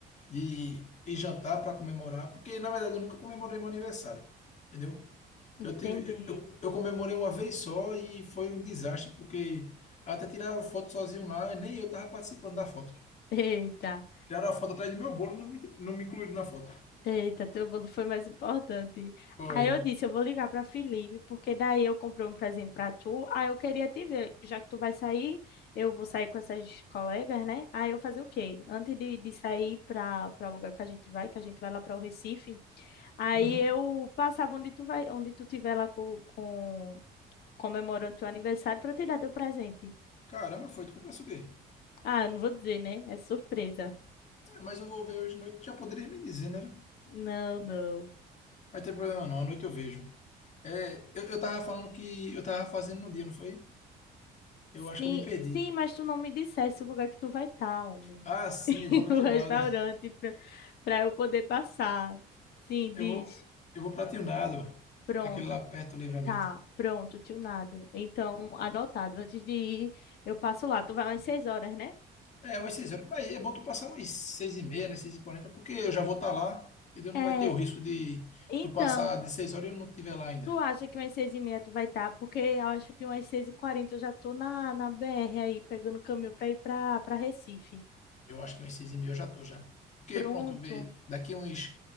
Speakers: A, on the left (about 45°); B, on the left (about 70°).
A: de ir jantar para comemorar, porque na verdade eu nunca comemorei meu aniversário, entendeu? Eu
B: Entendi.
A: tive, eu, eu comemorei uma vez só e foi um desastre, porque até tiraram foto sozinho lá, nem eu tava participando da foto.
B: Eita,
A: Tiraram a foto atrás do meu bolo, não me, não me incluíram na foto.
B: eita, teu bolo foi mais importante.
A: Foi.
B: Aí eu disse, eu vou ligar para Felipe, porque daí eu comprei um presente para tu. Aí eu queria te ver, já que tu vai sair, eu vou sair com essas colegas, né? Aí eu fazer o quê? Antes de, de sair para para o lugar que a gente vai, que a gente vai lá para o Recife, aí
A: Uhum.
B: eu passava onde tu vai, onde tu tiver lá com, com comemorando teu aniversário para te dar teu presente.
A: Caramba, foi. Tu comprasse o quê?
B: Ah, não vou dizer, né? É surpresa.
A: Ah, mas eu vou ver hoje de noite. Já poderia me dizer, né?
B: Não, não.
A: Vai ter problema não. À noite eu vejo. É, eu, eu tava falando que eu tava fazendo no dia, não foi? Eu
B: Sim,
A: acho que eu me perdi.
B: sim, mas tu não me dissesse o lugar que tu vai estar, homem.
A: Ah, sim,
B: <laughs>
A: eu vou pra
B: O
A: Tionado.
B: restaurante
A: <laughs>
B: pra, pra eu poder passar. Sim,
A: Eu
B: diz.
A: vou, eu vou pra Tionado.
B: Pronto,
A: Aquele lá perto do Livramento.
B: tá. Pronto, tunado. Então, anotado. Antes de ir, eu passo lá. Tu vai umas seis horas, né?
A: É, umas seis horas. Mas é bom tu passar umas seis e meia, né? Seis e quarenta, porque eu já vou estar lá. Entendeu?
B: É,
A: Não vai ter o risco de
B: então,
A: tu passar de seis horas e eu não estiver lá ainda.
B: tu acha que umas seis e meia tu vai estar? Porque eu acho que umas seis e quarenta eu já tô na, na BR aí, pegando caminho pra ir pra, pra Recife.
A: Eu acho que uns 6,5 eu já tô já. Porque,
B: Pronto.
A: pronto, vê, daqui uns,